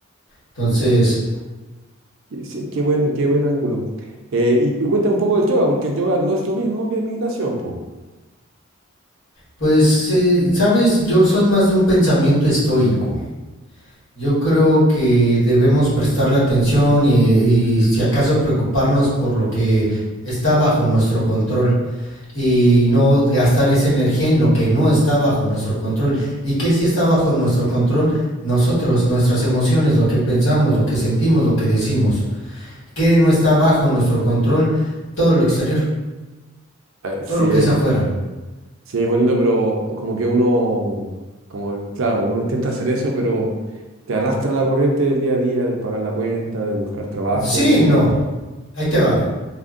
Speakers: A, on the left; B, on the right.
A: Entonces,
B: Qué, sí, qué buen, qué buen ángulo. Eh, y, y cuéntame un poco del yoga, porque el yoga no es lo mismo que meditación, pues.
A: pues, eh, sabes, yo soy más de un pensamiento estoico. Yo creo que debemos prestarle atención y, y si acaso preocuparnos por lo que está bajo nuestro control. y no gastar esa energía en lo que no está bajo nuestro control. ¿Y que sí está bajo nuestro control? Nosotros, nuestras emociones, lo que pensamos, lo que sentimos, lo que decimos. ¿Qué no está bajo nuestro control? Todo lo exterior,
B: sí,
A: todo lo que
B: eh,
A: es afuera.
B: sí, es bonito, pero como que uno, como, claro, uno intenta hacer eso, pero te arrastra la corriente del día a día, del pagar la cuenta, de buscar trabajo.
A: Sí, no. Ahí te va.